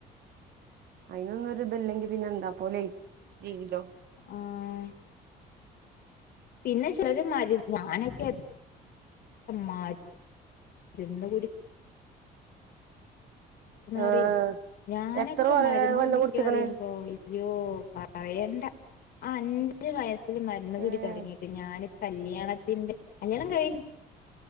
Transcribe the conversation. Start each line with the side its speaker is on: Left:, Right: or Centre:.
Right: അയിനൊന്നും ഒരു ഇതല്ലെങ്കി പിന്നെ എന്താ പോലെ ജീവിതോ
Left: ആഹ് പിന്നെ ചിലര് മര് ഞാനൊക്കെത്ര മാര് തിന്ന് കുടി
Right: ആഹ്
Left: അറിയോ ഞാനൊക്കെ
Right: എത്ര കൊറേ
Left: മരുന്ന്
Right: കൊല്ലം
Left: കുടിക്കാ
Right: കുടിച്ചിക്കണ്
Left: പറിയുമ്പോ അയ്യോ പറയണ്ട ആ അഞ്ച് വയസ്സില് മരുന്ന് കുടി
Right: ഏഹ്
Left: തുടങ്ങിട്ട് ഞാന് കല്യാണത്തിന്റെ കല്യാണം കഴിഞ്